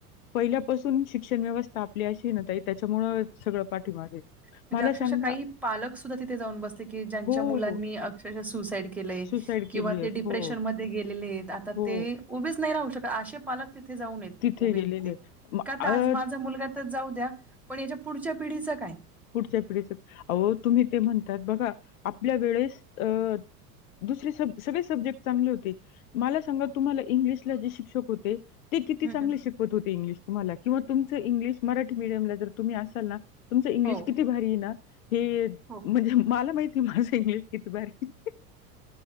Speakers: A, on the left; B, in the centre.
A: पहिल्यापासून शिक्षण व्यवस्था आपली अशी आहे ना ताई, त्याच्यामुळं सगळं पाठीमागे
B: म्हणजे
A: मला
B: अक्षरशः
A: सांगा
B: काही पालक सुद्धा तिथे जाऊन बसले, की ज्यांच्या
A: हो,
B: मुलांनी
A: हो.
B: अक्षरशः सुसाईड केलंय.
A: सुसाईड
B: किंवा
A: केली
B: ते
A: आहेत.
B: डिप्रेशन
A: हो,
B: मध्ये गेलेले आहेत, आता
A: हो.
B: ते, उभेच नाही राहू शकत, असे पालक तिथे जाऊन आहेत
A: तिथे
B: उभे
A: गेलेले
B: आहेत ते,
A: म
B: का
A: अ
B: तर आज माझा मुलगा तर जाऊ द्या, पण याच्या पुढच्या पिढीच काय?
A: पुढच्या पिढीच आहो तुम्ही ते म्हण त्यात बघा, आपल्या वेळेस अ दुसरे सब, सगळे सब्जेक्ट चांगले होते मला सांगा तुम्हाला इंग्लिशला जे शिक्षक होते, ते किती
B: हं,
A: चांगले
B: हं.
A: शिकवत होते इंग्लिश तुम्हाला किंवा तुमचं इंग्लिश मराठी मिडियमला जर तुम्ही असाल ना तुमचं इंग्लिश
B: हो,
A: किती भारी आहे ना, हे
B: हो.
A: म्हणजे मला माहिती आहे, माझं इंग्लिश किती भारी आहे ते.